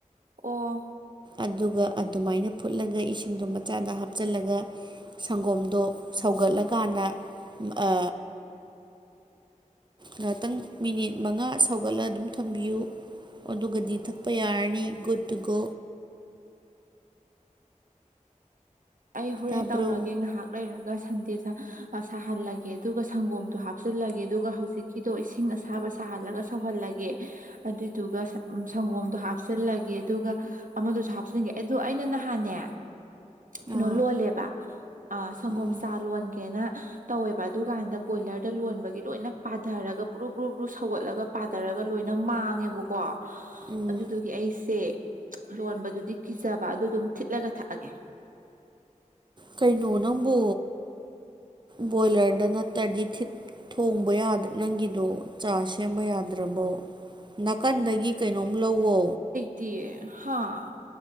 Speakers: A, on the right; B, on the right.
A: ꯑꯣ
B: ꯑꯗꯨꯒ ꯑꯗꯨꯃꯥꯏꯅ ꯐꯨꯠꯂꯒ ꯏꯁꯤꯡꯗꯣ ꯃꯆꯥꯗ ꯍꯥꯞꯆꯜꯂꯒ ꯁꯪꯒꯣꯝꯗꯣ ꯁꯧꯒꯠꯂꯀꯥꯟꯗ ꯑ ꯉꯥꯇꯪ ꯃꯤꯅꯤꯠ ꯃꯉꯥ ꯁꯧꯒꯠꯂ ꯑꯗꯨꯝ ꯊꯝꯕꯤꯌꯨ ꯑꯗꯨꯒꯗꯤ ꯊꯛꯄ ꯌꯥꯔꯅꯤ ꯒꯨꯠꯇꯨꯒꯣ
A: ꯑꯩ ꯍꯣꯔꯦꯟ
B: ꯇꯥꯕ꯭ꯔꯣ
A: ꯇꯧꯔꯒꯦ ꯉꯍꯥꯛ ꯂꯩꯔꯒ ꯁꯟꯗꯦ ꯁꯥ ꯁꯥꯍꯜꯂꯒꯦ ꯑꯗꯨꯒ ꯁꯪꯒꯣꯝꯗꯣ ꯍꯥꯞꯆꯜꯂꯒꯦ ꯑꯗꯨꯒ ꯍꯧꯖꯤꯛ ꯐꯤꯗꯣ ꯏꯁꯤꯡ ꯑꯁꯥꯕ ꯁꯥꯍꯜꯂꯒ ꯁꯧꯍꯜꯂꯒꯦ ꯑꯗꯨꯗꯨꯒ ꯁ ꯎꯝ ꯁꯪꯒꯣꯝꯗꯣ ꯍꯥꯞꯆꯤꯜꯂꯒꯦ ꯑꯗꯨꯒ ꯑꯃꯗꯨꯁꯨ ꯍꯥꯞꯆꯤꯟꯒꯦ ꯑꯗꯨ ꯑꯩꯅ ꯅꯍꯥꯟꯅꯦ ꯀꯩꯅꯣ
B: ꯑꯥ
A: ꯂꯣꯜꯂꯦꯕ ꯑ ꯁꯪꯒꯣꯝ
B: ꯎꯝ
A: ꯆꯥ ꯂꯣꯟꯒꯦꯅ ꯇꯧꯋꯦꯕ ꯑꯗꯨꯀꯥꯟꯗ ꯕꯣꯏꯂꯔꯗ ꯂꯣꯟꯕꯒꯤ ꯂꯣꯏꯅ ꯄꯥꯗꯔꯒ ꯕ꯭ꯔꯨ ꯕ꯭ꯔꯨ ꯕ꯭ꯔꯨ ꯁꯧꯒꯠꯂꯒ ꯄꯥꯗꯔꯒ ꯂꯣꯏꯅ ꯃꯥꯡꯉꯦꯕꯀꯣ
B: ꯎꯝ
A: ꯑꯗꯨꯗꯨꯒꯤ ꯑꯩꯁꯦ ꯂꯣꯟꯕꯗꯨꯗꯤ ꯀꯤꯖꯕ ꯑꯗꯨꯗꯨꯝ ꯊꯤꯠꯂꯒ ꯊꯛꯑꯒꯦ
B: ꯀꯩꯅꯣ ꯅꯪꯕꯨ ꯕꯣꯏꯂꯔꯗ ꯅꯠꯇ꯭ꯔꯗꯤ ꯊꯤꯠ ꯊꯣꯡꯕ ꯌꯥꯗ ꯅꯪꯒꯤꯗꯣ ꯆꯥ ꯁꯦꯝꯕ ꯌꯥꯗ꯭ꯔꯕꯣ ꯅꯥꯀꯟꯗꯒꯤ ꯀꯩꯅꯣꯝ ꯂꯧꯋꯣ
A: ꯇꯤꯌꯦ ꯍꯥꯥ